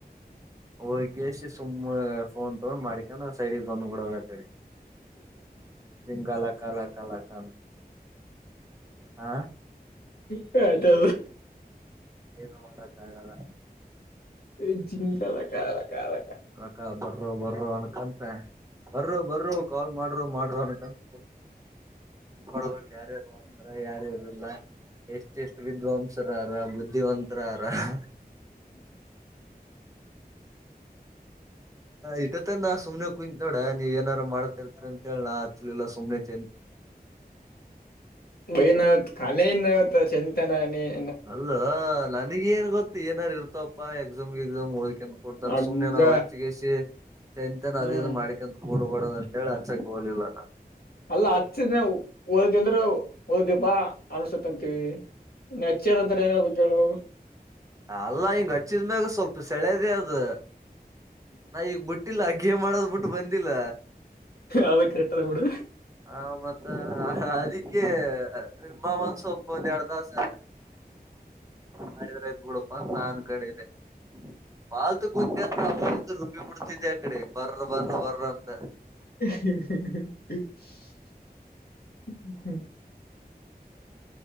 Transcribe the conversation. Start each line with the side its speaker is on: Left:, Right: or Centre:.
Right: ಓಕೆ ಹೋಗೇಶಿ ಸುಮ್ನೆ ಫೋನ್ ತಾನು ಮಾಡಿಕೊಂಡು ಸೈಡಿಗೆ ಬಂದ್ಬಿಡದ ಆ ಕಡೆ ಜಿಂಗಾ ಲಕ ಲಕ ಹಾ
Left: ಶ ಡಾ
Right: ಏನು ಮಾಡಕ್ಕ ಆಗಲ್ಲ
Left: ಈ ಜಿಂಗಗಳ ಕಾಲ ಕಾಲ
Right: ಅಕ್ಕ ಬರರು ಬರರು ಅನ್ಕಂತ ಬರ್ರೋ ಬರ್ರೋ ಕಾಲ್ ಮಾಡ ಮಾಡ್ರೋ ಮಾಡ್ರೋ ಅನ್ಕೊಂತ ನೋಡಬೇಕು ಯಾರ್ಯಾರು ಮಾಡ್ತಾರೆ ಯಾರ್ಯಾರ್ ಇಲ್ಲ ಎಷ್ಟೆಷ್ಟು ವಿದ್ಯಾವಂತ್ರು ಅದರ ಬುದ್ಧಿವಂತರು ಆದರೆ ರಾರಾ ಇಟ್ಟತ್ತ ನಾ ಸುಮನೆ ಕುಯತ್ ನೋಡ ನೀವ ಏನಾರ ಮಾಡ್ತಾರ್ತರಿ ಅಂತ ಹಚ್ಲಿಲ್ಲ ಸುಮ್ಮನಿರು
Left: ಬೈನಾಥ್ ಕಾಲಿನಾಥ್ ಚಿಂತೆ ನಾನೇನಾ
Right: ಲೋ ನನಗೆ ಗೊತ್ತು ಏನಾರು ಇರ್ತವಪ್ಪ ಎಕ್ಸಾಮ್ ಗೆ ಹೋಗಿ ನಾವು ಕೊಡ್ತಾರ
Left: ಹಗ್ಗ
Right: ಸುಮನೆ ನಾವು ರಚ್ಚುಗಾಯಿಸಿಚಂತನ್
Left: ಹ್ಮ್
Right: ಅದ ಮಾಡಿಕೊಂಡಂತ ಕೂಡ್ಬಡೋದ ಅಂತ ಹೇಳಿ ಅಚ್ಚಕ್ಕೆ ಹೋಗಲಿಲ್ಲ ನಾ
Left: ಅಲ್ಲ ಹಚ್ಚ ಹೋದಂದ್ರೆ ಹೋದ್ಯಪ್ಪ ಅನ್ಸುತ್ತಂತೀವಿ ಅಚ್ಚದ ಅಂದ್ರೆ ಏನ್ ಹೇಳಳ್ಬೇಕ ಹೇಳು
Right: ಅಲ್ಲ ಅಚ್ಚಿದ್ಮೇಲೆ ಸೆಳೆದೆ ಅದು ನಾ ಈಗ್ ಬಿಟ್ಟಿಲ್ಲ ಗೇಮ್ ಆಡೋದು ಬಿಟ್ಟು ಬಂದಿಲ್ಲ
Left: ಅದ ಕರೆಕ್ಟ್ ಅದ ಬಿಡು
Right: ಹ ಮತ್ತ ಅದಕ್ಕೆ ಬಾ ಸೊಪ ಅಂದು ಎರಡು ತಾಸು ಮಾಡಿದ್ರೆುಡಪ್ಪ ಅ ನಾನ್ ಕಡೆ ಇದೆ ಮಾತಿಕೊಂಡ್ರೆ ಬಿಡ್ತಿದಿದ್ದೆ ಆ ಕಡೆ ಬರ ಬರ ಬರಂತ
Left: ಹ್ಮ್